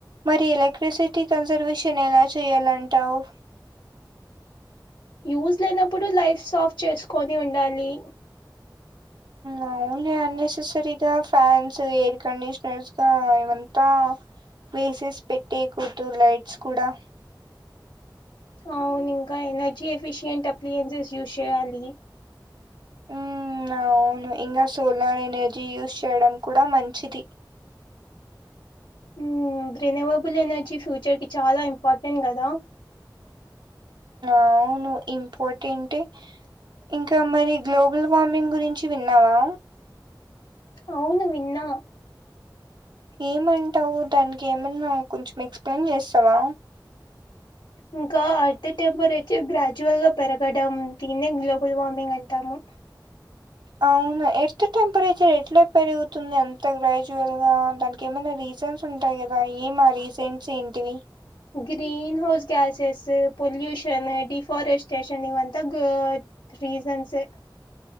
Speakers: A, on the right; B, on the left.
A: మరి ఎలక్ట్రిసిటీ కాన్సర్వేషన్ ఎలా చేయాలంటావు
B: యూస్ లేనప్పుడు లైట్స్ హాఫ్ చేసుకొని ఉండాలి
A: అవున్లే అన్నెసెసరీగా ఫ్యాన్స్ ఎయిర్ కండిషనర్స్గా ఇవంతా వేసెస్ పెట్టే కుడుదు లైట్స్ కూడా
B: అవును ఇంకా ఎనర్జీ ఎఫిషియెంట్ అప్లియెన్సెస్ యూస్ చేయ్యాలి
A: మ్మ్ అవును ఇంకా సోలార్ ఎనర్జీ యూజ్ చేయడం కూడా మంచిది
B: ఉ రినెవబుల్ ఎనర్జీ ఫ్యూచర్ కి చాలా ఇంపార్టెంట్ కదా
A: ఆవును ఇంపార్టెంటే ఇంకా మరి గ్లోబల్ వార్మింగ్ గురించి విన్నావా
B: అవును విన్నా
A: ఏమంటావు దానికి ఏమన్నా కొంచెం ఎక్స్ప్లెయిన్ చేస్తావా
B: ఇంకా అర్త్ టెంపరేచర్ గ్రాజువల్ గా పెరగడం తీన్నే గ్లోబల్ వార్మింగ్ అంటాము
A: అవును ఎర్త్ టెంపరేచర్ ఎట్లా పెరుగుతుంది అంత గ్రాజ్యువల్ గా దానికి ఏమన్నా రీజ సన్స్ ఉంటాయి కదా ఏం ఆ రీసంట్స్ ఏంటివి
B: green house gases pollution deforestation ఇవంతా గో రీజన్సే